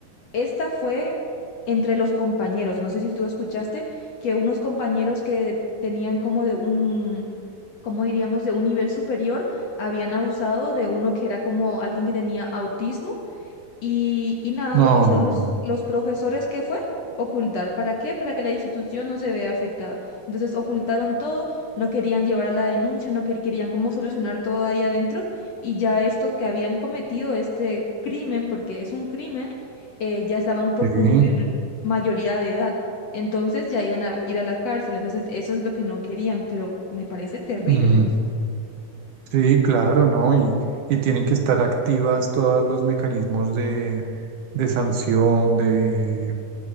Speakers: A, on the left; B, on the right.
A: esta fue entre los compañeros. No sé si tú escuchaste que unos compañeros que tenían como de un, cómo diríamos, de un nivel superior, habían abusado de uno que era como alguien que tenía autismo y, y nada,
B: No,
A: lo que hicieron
B: no, no,
A: los,
B: no.
A: los profesores, ¿qué fue? Ocultar. ¿Para qué? Para que la institución no se vea afectada. Entonces ocultaron todo, no querían llevar a la denuncia, no quer- querían cómo solucionar todo ahí adentro. Y ya estos que habían cometido este crimen, porque es un crimen, eh, ya estaban por
B: Sí,
A: cumplir mayoría de edad. Entonces ya iban a ir a la cárcel. Entonces eso es lo que no querían, pero me parece terrible.
B: mm, sí, claro, ¿no? Y, y tienen que estar activas todos los mecanismos de, de sanción, de,